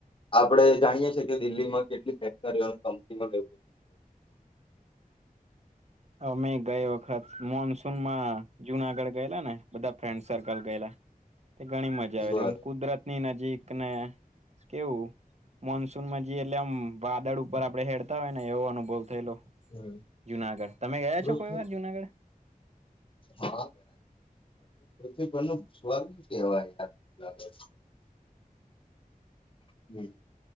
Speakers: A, on the left (about 35°); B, on the right (about 50°).
A: આપડે જાણીયે છે કે દિલ્હીમાં કેટલી ફેક્ટરીઓ કંપનીઓ લેવ
B: હ મેઘ ગઈ વખત મોન માં જુનાગઢ ગયેલા ને બધા ફ્રેન્ડ સર્કલ ગયેલા તે ઘણી મજા
A: છે
B: આવેલી
A: બરોબર
B: અમ કુદરત ની ન કને કેવું મોનસૂન માં જે એટલે આમ વાદળ ઉપર આપડે હેડતા હોય ને એવો અનુભવ થયેલો
A: હમ.
B: જુનાગઢ તમે ગયા
A: પૃથ્વી
B: છો કોઈ વાર જુનાગઢ
A: હા પૃથ્વી પર સ્વરગ કેવાથ યાર <inaudible> હમ